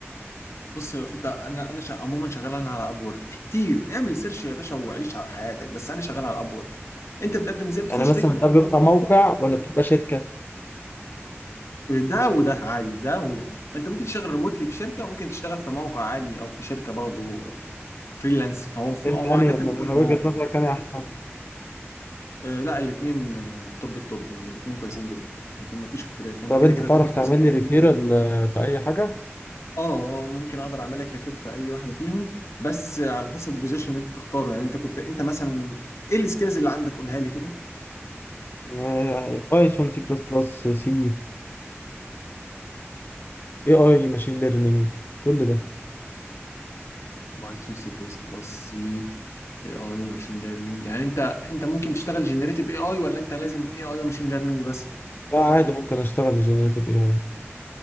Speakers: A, on the left; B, on the left.
A: بص انت انا انا شا... عموما شغال انا على ابورك في كتير اعمل سيرش يا باشا وعيش على حياتك بس انا شغال على ابورك انت بتقدم ازاي بتخش
B: يعني مثلا
A: تكتب
B: ده
A: ابورك
B: بيبقى موقع ولا بتبقى شركة
A: ده وده عادي ده وده انت ممكن تشتغل ريموتلي في شركه وممكن تشتغل في موقع عادي او في شركه برضه فريلانس فهو في
B: انت
A: هو
B: يعني
A: عادة
B: من
A: بيكون في
B: وجهة
A: موقع
B: نظرك انا احسن
A: آه لا الاثنين آه طب الطب يعني الاثنين كويسين جدا الاثنين ما فيش اختلاف فانت
B: طب
A: كده
B: انت
A: كده
B: تعرف
A: هتاخد
B: تعمل
A: فلوسك هنا
B: لي ريفيرال
A: كده كده هتاخد فلوسك هنا
B: في اي حاجة
A: اه اه ممكن اقدر اعمل لك ريفير في اي واحده فيهم بس على حسب البوزيشن اللي انت تختاره يعني انت كنت انت مثلا ايه السكيلز اللي عندك قولها لي كده
B: آه، بايثون سي بلس بلس سي اي اي ماشين ليرنينج كل ده
A: بايثون سي بلس بلس سي اي اي وماشين ليرنينج يعني انت انت ممكن تشتغل جنريتيف اي اي ولا انت لازم اي اي وماشين ليرنينج بس
B: لا عادي ممكن اشتغل جنريتيف اي اي